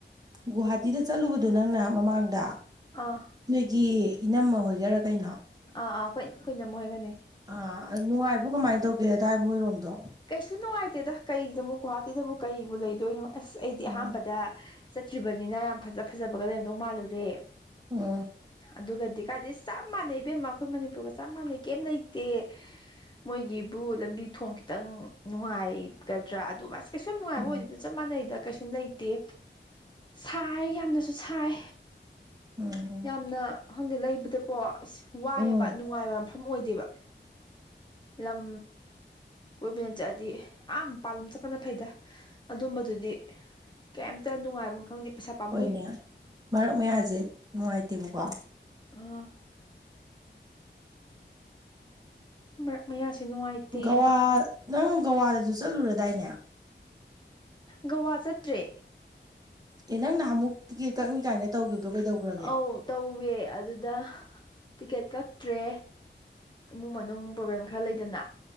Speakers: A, on the right (about 20°); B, on the left (about 25°).
A: ꯒꯨꯍꯥꯇꯤꯗ ꯆꯠꯂꯨꯕꯗꯣ ꯅꯪꯅ ꯃꯃꯥꯡꯗ
B: ꯑꯥ ꯑꯥ
A: ꯅꯣꯏꯒꯤ ꯏꯅꯝꯃ ꯍꯣꯏꯒꯔꯥ ꯀꯩꯅꯣ
B: ꯑꯥ ꯑꯩꯈꯣꯏ ꯑꯩꯈꯣꯏ ꯅꯝ ꯑꯣꯏꯒꯅꯤ
A: ꯑꯥ ꯅꯨꯡꯉꯥꯏꯕ ꯀꯃꯥꯏꯅ ꯇꯧꯒꯦꯗꯥꯏ ꯃꯣꯏꯔꯣꯝꯗꯣ
B: ꯀꯩꯁꯨ ꯅꯨꯡꯉꯥꯏꯇꯦꯗ ꯀꯩꯗꯕꯨ ꯒꯨꯍꯥꯇꯤꯗꯕꯨ ꯀꯩꯨ ꯂꯩꯗꯣꯏꯅꯣ ꯑꯁ ꯑꯩꯗꯤ
A: ꯎꯝ
B: ꯑꯍꯥꯟꯕꯗ ꯆꯠꯇ꯭ꯔꯤꯕꯅꯤꯅ ꯌꯥꯝ ꯐꯖ ꯐꯖꯕꯒ ꯂꯩꯔꯝꯗꯧ ꯃꯥꯜꯂꯨꯔꯦ
A: ꯑ
B: ꯑꯗꯨꯒꯗꯤ ꯀꯥꯏꯗꯗꯤ ꯆꯞ ꯃꯥꯟꯅꯩ ꯏꯕꯦꯝꯃ ꯑꯩꯈꯣꯏ ꯃꯅꯤꯄꯨꯔꯒ ꯆꯞ ꯃꯥꯟꯅꯩ ꯀꯩꯝ ꯂꯩꯇꯦ ꯃꯣꯏꯒꯤꯕꯨ ꯂꯝꯕꯤ ꯊꯣꯡꯈꯤ ꯈꯤꯇꯪ ꯅꯨꯡꯉꯥꯏꯒꯗ꯭ꯔꯥ ꯑꯗꯨ ꯃꯥꯁ ꯀꯩꯁꯨꯨꯝ ꯅꯨꯡꯉꯥꯏꯕ
A: ꯎꯝ
B: ꯑꯣꯏꯗꯦꯗ ꯆꯞ ꯃꯥꯟꯅꯩꯗ ꯀꯩꯁꯨ ꯂꯩꯇꯦ ꯁꯥꯏ ꯌꯥꯝꯅꯁꯨ ꯁꯥꯏ
A: ꯎꯝ
B: ꯌꯥꯝꯅ ꯍꯪꯗꯛ ꯂꯩꯕꯗꯀꯣ ꯑꯁ ꯋꯥꯏꯑꯦꯕ
A: ꯎꯝ
B: ꯅꯨꯡꯉꯥꯏꯕ ꯃꯐꯝ ꯑꯣꯏꯗꯦꯕ ꯂꯝ ꯀꯣꯏꯕꯅ ꯆꯠꯂꯗꯤ ꯑꯥ ꯄꯥꯂꯨꯝ ꯆꯠꯄꯅ ꯐꯩꯗ ꯑꯗꯨꯝꯕꯗꯨꯗꯤ ꯀꯩꯝꯇ ꯅꯨꯡꯉꯥꯏꯕ ꯈꯪꯗꯦ ꯄꯩꯁꯥ ꯄꯥꯝꯃꯨꯏ
A: ꯍꯣꯏꯅꯦ ꯃꯔꯛ ꯃꯌꯥꯁꯦ ꯅꯨꯡꯉꯥꯏꯇꯦꯕꯀꯣ
B: ꯑꯣ ꯃꯔꯛ ꯃꯌꯥꯁꯦ ꯅꯨꯡꯉꯥꯏꯇꯦ
A: ꯒꯋꯥ ꯅꯪ ꯒꯋꯥꯗꯁꯨ ꯆꯠꯂꯨꯔꯗꯥꯏꯅꯦ
B: ꯒꯋꯥ ꯆꯠꯇ꯭ꯔꯦ
A: ꯑꯦ ꯅꯪ ꯅꯍꯥꯟꯃꯨꯛ ꯇꯤꯀꯦꯠ ꯀꯛꯅꯤ ꯀꯥꯏꯅ ꯇꯧꯈꯤꯕꯗꯣ ꯀꯩꯗꯧꯈ꯭ꯔꯒꯦ
B: ꯑ ꯇꯧꯋꯦ ꯑꯗꯨꯗ ꯇꯤꯛꯀꯦꯠ ꯀꯛꯇ꯭ꯔꯦ ꯏꯃꯨꯡ ꯃꯅꯨꯡ ꯄ꯭ꯔꯣꯕ꯭ꯂꯦꯝ ꯈꯔ ꯂꯩꯗꯅ